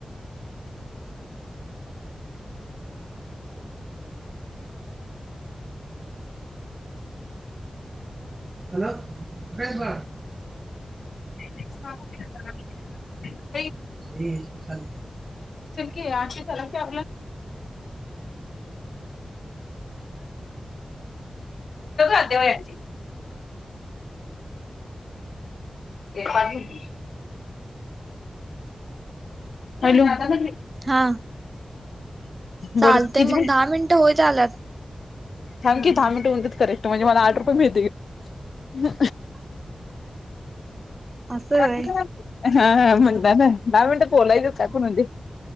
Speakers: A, on the right (about 35°); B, on the left (about 80°).
A: हॅलोय ब
B: <inaudible>
A: ये चाले
B: क अश <unintelligible> ठ का अध वची ए पा दिश ल
A: हा चालते
B: ब क
A: मग दहा मिनिटं होईत आल्यात.
B: थँ दहा मिनट म्हत करेक्ट म्हणे मला आठ रुपये मिळतील ह
A: असं
B: का
A: होय.
B: हा म्हण ना दहा मिनटं पोलाचस का कोण ते